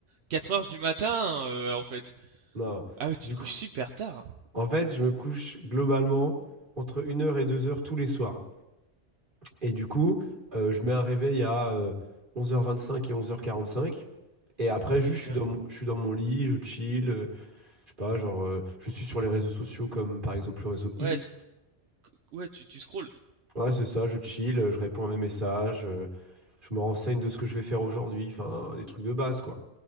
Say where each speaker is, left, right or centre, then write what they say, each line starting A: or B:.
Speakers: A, on the right; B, on the right.
A: 4h du matin, euh, en fait.
B: Non.
A: Ah ouais, tu
B: Du
A: te couches
B: coup,
A: super tard. hein.
B: en fait, je me couche globalement entre une heure et deux heures tous les soirs. Et du coup, euh, je mets un réveil à euh, 11h25 et 11h45. Et après, juste,
A: Très bien.
B: je suis dans mon, je suis dans mon lit, je chill. euh, je sais pas, genre, euh, je suis sur les réseaux sociaux comme par exemple le réseau X.
A: Ouais, c- ouais, tu, tu scrolles
B: Ouais, c'est ça, je chill, euh, je réponds à mes messages, euh, je me renseigne de ce que je vais faire aujourd'hui. Enfin, des trucs de base, quoi.